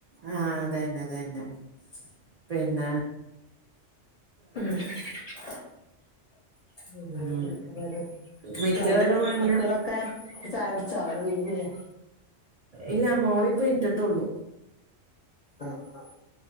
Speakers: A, on the right (about 60°); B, on the left (about 45°).
A: ആഹ് അതെന്നെ അതെന്നെ പിന്ന
B: മ്മ് <unintelligible>
A: ഉം മിക്കവരും
B: മകള്
A: അങ്ങനെ
B: മക്കളൊക്കെ ചായുടിച്ചോഅവിടെല്ലേ
A: ഇല്ല മോളിപ്പ എണീറ്റിട്ടെഉള്ളു
B: ആഹ് ആഹ്